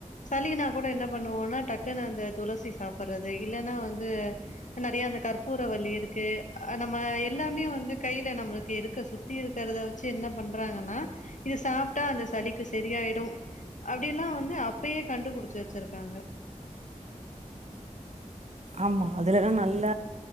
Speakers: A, on the left; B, on the right.
A: சளினா கூட என்ன பண்ணுவோன்னா டக்குன்னு அந்த துளசி சாப்பறது இல்லன்னா வந்து நெறைய அந்த கற்பூர வல்லி இருக்கு நம்ம எல்லாமே வந்து கைல நம்மளுக்கு இருக்கு சுத்தி இருக்கறத வச்சு என்ன பண்றாங்கன்னா இது சாப்டா அந்த சளிக்கு சரியாயிடும் அப்டில்லா வந்து அப்பயே கண்டுபுடுச் சு வச்சுருக்காங்க
B: ஆமா அதுலத நல்ல